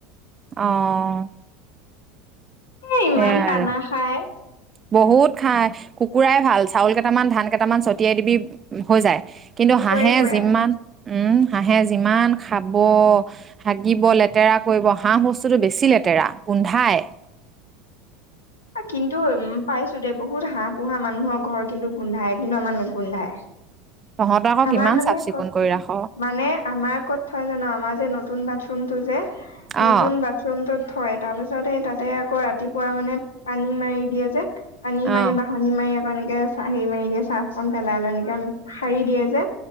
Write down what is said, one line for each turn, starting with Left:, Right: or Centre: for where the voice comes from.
Right: অ'।
Left: এ, ইমান
Right: সেয়াই
Left: দানা
Right: আৰু
Left: খায়।
Right: বহুত খাই। কুকুৰাই ভাল চাউল কেইটামান
Left: খাই
Right: ধান কেইটামান ছটিয়াই দিবি হৈ যায়। কিন্তু
Left: খুচৰি
Right: হাঁহে
Left: ফুৰে।
Right: যিমান উম, হাঁহে যিমান খাব। হাগিব লেতেৰা কৰিব, হাঁহ বস্তুটো বেছি লেতেৰা গোন্ধাই।
Left: কিন্তু উ, পাইছোঁ দে, বহুত হাঁহ পোহা মানুহৰ ঘৰ কিন্তু গোন্ধাই কিন্তু আমাৰ নুগোন্ধাই।
Right: তহঁতৰ আকৌ
Left: আমাৰ
Right: কিমান
Left: মানে
Right: চাফ চিকুণ
Left: ক'ত
Right: কৰি
Left: থাকে,
Right: ৰাখ
Left: মানে আমাৰ ক'ত থয় জান' আমাৰ যে নতু তুন বাথৰুমটো যে নতুন
Right: অ',
Left: বাথৰুমটোত থয় তাৰ পিছত এই তাতে আকৌ ৰাতিপুৱা মানে পানী মাৰি দিয়ে যে। পানী
Right: অ',
Left: মাৰি বাহনী মাৰি আকৌ এনেকে চাহী মাৰি দিয়ে, চাৰ্ফকণ পেলাই লই এনেকে সাৰি দিয়ে যে।